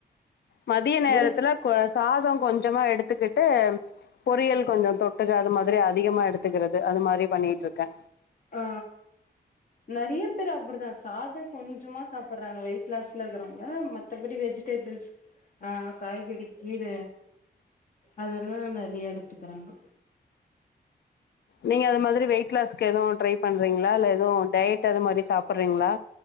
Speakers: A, on the left (about 80°); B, on the left (about 50°).
A: மதிய நேரத்துல
B: ஒரு
A: கொ சாதோ கொஞ்சமா எடுத்துக்கிட்டு பொரியல் கொஞ்சோ தொட்டுக்க அது மாதிரி அதிகமா எடுத்துக்றது அது மாதிரி பண்ணிட்ருக்கே
B: ஆ நறிய பேர் அப்டிதா சாதோ கொஞ்சோமா சாப்ட்றாங்க வெயிட் லாஸ்ல இருக்றவங்க மத்தபடி வெஜிடே பிள்ஸ் ஆ காய்கறி கீர அதெல்லா நெ றைய எடுத்துக் றாங்க
A: நீங்க அத மாரி வெயிட் லாஸ்க்கு எதுவும் ட்ரை பண்றீங்களா இல்ல எதுவும் டயட் அது மாதிரி சாப்ட்றீங்களா